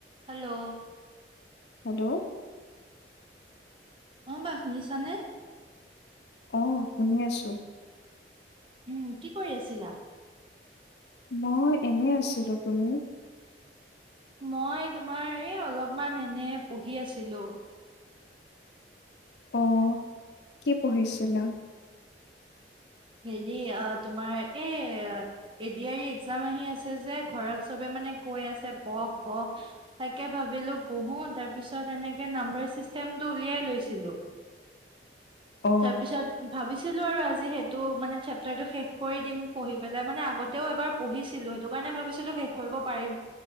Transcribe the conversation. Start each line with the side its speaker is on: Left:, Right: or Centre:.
Right: Hello
Left: hello
Right: অঁ! বা শুনিছানে?
Left: অ শুনি আছো।
Right: উম! কি কৰি আছিলা?
Left: মই এনে আছিলো। তুমি?
Right: মই তোমাৰ এই অলপমান এনে পঢ়ি আছিলো।
Left: অ কি পঢ়িছিলা?
Right: হেৰি অ তোমাৰ এ এডি আৰ ই একজাম আহি আছে যে, ঘৰত চবে মানে কৈ আছে প প। তাকে ভাবিলো পঢ়ো তাৰ পিছত এনেকে নাম্বাৰ চিষ্টেম টো উলিয়াই লৈছিলো
Left: অ
Right: তাৰপিছত ভাবিছিলো আৰু আজি সেইটো মানে চেপ্তাৰটো শেষ কৰি দিম পঢ়ি পেলাই মানে আগতেও এবাৰ পঢ়িছিলো সেইটো কাৰণে ভাবিছিলো শেষ কৰিব পাৰিম